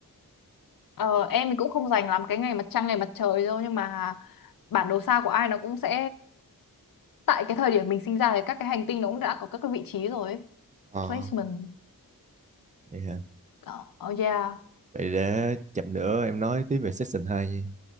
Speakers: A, on the left; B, on the right.
A: Ờ, em thì cũng không dành lắm cái ngày mặt trăng ngày mặt trời đâu nhưng mà bản đồ sao của ai nó cũng sẽ tại cái thời điểm mình sinh ra thì các cái hành tinh nó cũng đã có các cái vị trí rồi ấy.
B: Ờ.
A: Placement.
B: vậy hả
A: Đó. Oh yeah.
B: Vậy để chậm nữa em nói tiếp về session 2 nha.